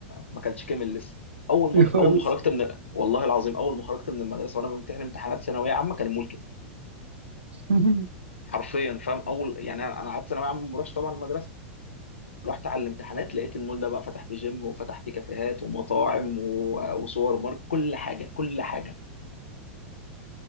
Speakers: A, on the left (about 80°); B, on the right (about 80°).
A: ما كانش كامل لسه اول
B: يا
A: ما
B: فارس
A: اول ما خرجت من والله العظيم اول ما خرجت من المدرسه وانا بمتحن امتحانات ثانويه عامه كان المول كامل
B: <laughs>
A: حرفيا فاهم اول يعني انا أنا قعدت ثانويه عامه ما بروحش طبعا المدرسه رحت على الامتحانات لقيت المول ده بقى فتح فيه جيم وفتح فيه كافيهات ومطاعم و- وسوبر ماركت كل حاجه كل حاجه